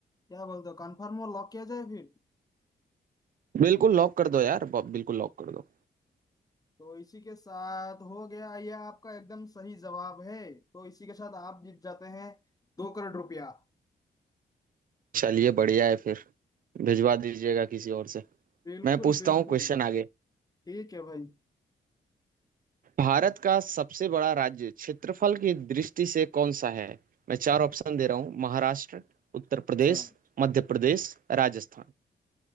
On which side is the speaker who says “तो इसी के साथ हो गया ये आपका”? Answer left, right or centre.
Left